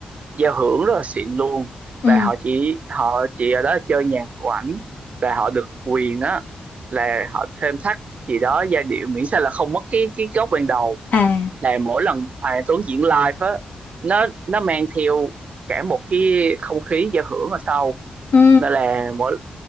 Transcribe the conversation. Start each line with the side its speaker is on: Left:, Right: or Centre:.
Right: giao hưởng rất là xịn luôn
Left: Ừ.
Right: và họ chỉ họ chỉ ở đó chơi nhạc của ảnh và họ được quyền á là họ thêm thắt gì đó giai điệu miễn sao là không mất cái cái gốc ban đầu
Left: À.
Right: là mỗi lần Hoàng Anh Tuấn diễn live á nó nó mang theo cả một cái không khí giao hưởng ở sau
Left: Ừ.
Right: nên là mỗi